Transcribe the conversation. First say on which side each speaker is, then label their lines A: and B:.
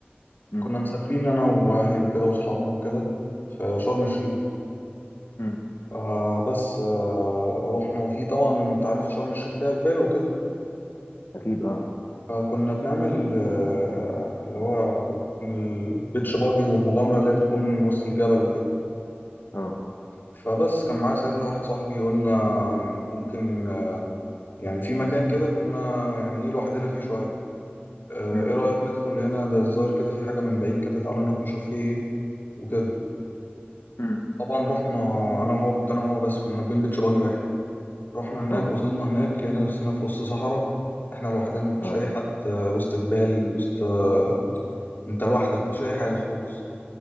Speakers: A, on the left; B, on the left.
A: مم.
B: كنا مسافرين أنا وأهلي وكده وأصحابنا وكده في شرم الشيخ
A: مم.
B: فبس آه، رحنا وفي طبعا أنت عارف شرم الشيخ فيها جبال وكده
A: اكيد اه
B: فكنا بنعمل آه، اللي هو البيتش باجي والمغامرة اللي هي بتكون وسط الجبل وكده
A: اه
B: فبس كان معايا ساعتها واحد صاحبي قلنا ممكن يعني في مكان كده كنا يعني ايه لوحدنا فيه شوية آه،
A: مم.
B: ايه رأيك ندخل هنا ده الظاهر كده في حاجة من بعيد كده تعالى نروح نشوف فيه ايه وكده
A: مم.
B: طبعا رحنا انا وهو كنت انا وهو بس كنا راكبين بيتش باجي واحد رحنا هناك
A: اه
B: وصلنا هناك لقينا نفسنا في وسط صحراء احنا لوحدنا مفيش
A: اه
B: اي حد آه، وسط جبال وسط آه، انت لوحدك مفيش اي حاجة خالص